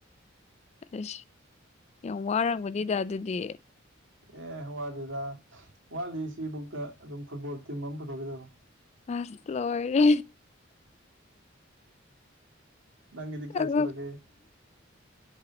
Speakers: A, on the left; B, on the right.
A: ꯑꯁ ꯌꯥꯝ ꯋꯥꯔꯝꯒꯅꯤꯗ ꯑꯗꯨꯗꯤ
B: ꯑꯦ ꯋꯥꯠꯗꯦꯗ ꯋꯥꯠꯂꯤ ꯁꯤꯕꯨꯛꯇ ꯑꯗꯨꯝ ꯐꯨꯠꯕꯣꯜ ꯇꯤꯝ ꯑꯃ ꯄꯨꯊꯣꯛꯀꯤꯗꯧꯕ
A: ꯑꯁ ꯂꯣꯏꯔꯦ
B: ꯅꯪꯒꯤꯗꯤ ꯀꯌꯥ
A: <inaudible>
B: ꯁꯨꯔꯒꯦ